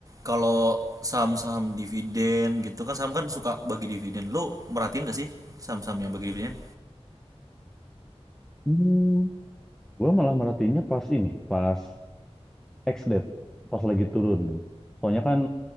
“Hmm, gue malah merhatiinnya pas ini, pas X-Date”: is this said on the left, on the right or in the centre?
Centre